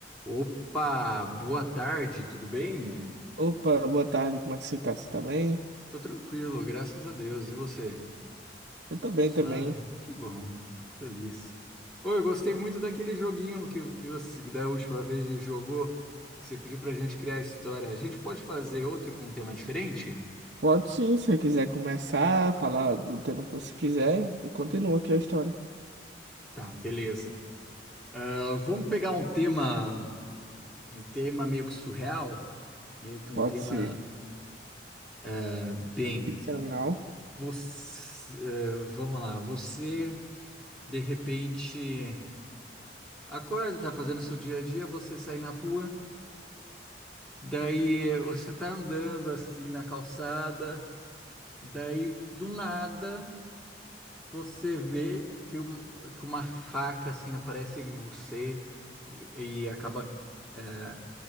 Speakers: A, in the centre; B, on the right.
A: Opa, boa tarde, tudo bem?
B: Opa, boa tarde, como é que você tá? Você tá bem?
A: Tô tranquilo, graças a Deus. E você?
B: Eu tô bem
A: Suave?
B: também.
A: Que bom, fico feliz. Oi, eu gostei muito daquele joguinho que, que você da última vez já jogou. que Você pediu pra gente criar a história. A gente pode fazer outro com um tema diferente?
B: Pode sim, se você quiser começar a falar do tema que você quiser, eu continuo aqui a história.
A: Tá, beleza. Ah, vamos pegar um tema, um tema meio que surreal, meio que um
B: Pode
A: tema
B: ser
A: ah, bem.
B: ficcional.
A: Você, ah, vamos lá, você de repente. Acorda, tá fazendo seu dia a dia, você sai na rua, daí você tá andando assim na calçada, daí do nada você vê que, um- que uma faca assim aparece em você e acaba é,